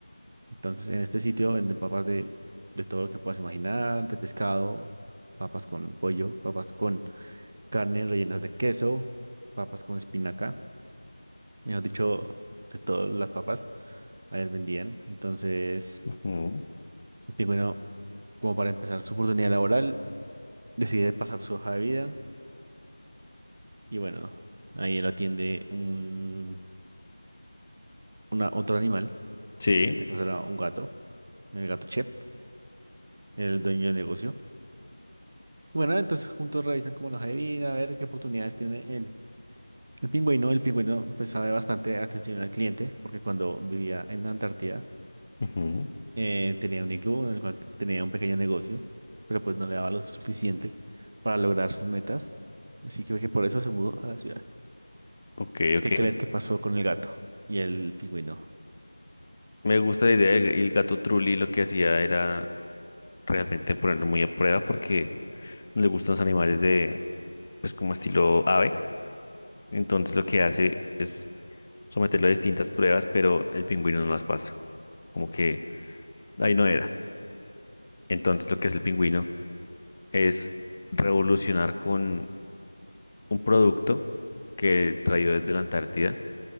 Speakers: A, on the right; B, on the left.
A: Entonces, en este sitio venden papas de, de todo lo que puedas imaginar, de pescado, papas con pollo, papas con carne rellenas de queso, papas con espinaca. mejor dicho, de todas las papas, allá las vendían. Entonces,
B: ujú,
A: el pingüino, como para empezar su oportunidad laboral, decide pasar su hoja de vida y bueno, ahí lo atiende un una, otro animal,
B: Sí.
A: en este caso era un gato, el gato Chef, el dueño del negocio. Y bueno, entonces juntos revisan como la hoja de vida, a ver qué oportunidades tiene el, el pingüino. El pingüino pues sabe bastante atención al cliente, porque cuando vivía en la Antártida,
B: ujú,
A: Eh, tenía un iglú en el cual tenía un pequeño negocio, pero pues no le daba lo suficiente para lograr sus metas. Así que creo que por eso se mudó a la ciudad.
B: Ok, ok.
A: ¿Qué crees que pasó con el gato y el pingüino?
B: Me gusta la idea. El, el gato Trulli lo que hacía era realmente ponerlo muy a prueba porque le gustan los animales de, pues como estilo ave. Entonces lo que hace es someterlo a distintas pruebas, pero el pingüino no las pasa. Como que ahí no era. Entonces lo que hace el pingüino es revolucionar con un producto que traído desde la Antártida,